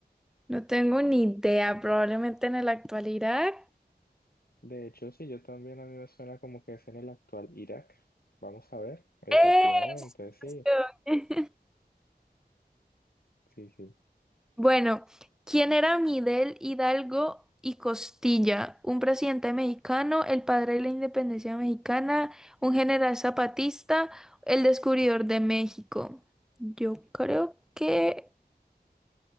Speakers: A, in the centre; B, on the left.
A: No tengo ni idea, probablemente en la actualidad.
B: De hecho, sí, yo también a mí me suena como que es en el actual Irak. Vamos a ver, efectivamente,
A: es.
B: sí,
A: <laughs>
B: sí, sí.
A: Bueno, ¿quién era Miguel Hidalgo y Costilla? Un presidente mexicano, el padre de la independencia mexicana, un general zapatista, el descubridor de México. Yo creo que